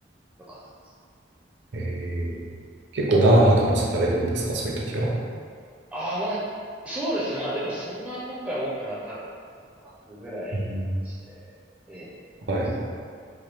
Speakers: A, in the centre; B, on the right.
A: よかったですね。
B: えー結構何泊もされるんですか、そういう時は。
A: ああ、まあ、そうですね。まあでもそんな今回多くなかったです。100ぐらいして、
B: うん、
A: ええ、ぐらいでしたけど。
B: はい。